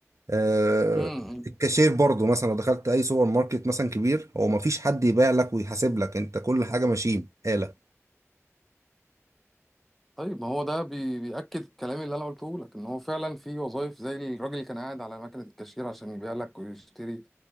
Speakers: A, on the right; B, in the centre.
A: آه
B: امم
A: الكاشير برضو مثلا لو دخلت اي سوبر ماركت مثلا كبير هو ما فيش حد يبيع لك ويحاسب لك انت كل حاجه ماشين آلة
B: طيب ما هو ده بي- بيأكد الكلام اللي انا قلته لك ان هو فعلا في وظائف زي الراجل اللي كان قاعد على مكنه الكاشير عشان يبيع لك ويشتري